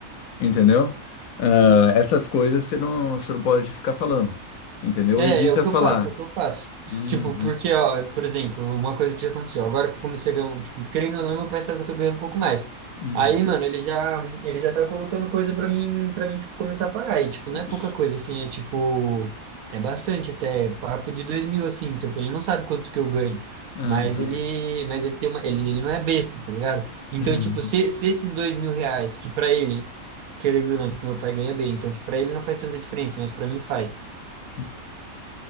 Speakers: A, on the left; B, on the right.
A: entendeu? Ah, essas coisas você não, você não pode ficar falando, entendeu?
B: É,
A: Evita
B: é o que
A: falar.
B: eu faço, é o que eu faço.
A: Uhum,
B: Tipo, porque, ó, por exemplo, uma coisa que já aconteceu, agora que eu comecei a ganhar, tipo, querendo ou não, meu pai sabe que eu tô ganhando um pouco mais.
A: uhum,
B: Aí, mano, ele já, ele já tá colocando coisa pra mim, para mim, tipo, começar a pagar. E, tipo, não é pouca
A: isso,
B: coisa, assim, é tipo, é bastante até, papo de dois mil, assim, tipo, ele não sabe quanto que eu ganho.
A: aham,
B: Mas ele, mas ele tem uma, ele, ele não é besta, tá ligado? Então,
A: uhum.
B: tipo, se, se esses dois mil reais, que pra ele, querendo ou não, tipo, meu pai ganha bem, então, tipo, pra ele não faz tanta diferença, mas pra mim faz.
A: hum,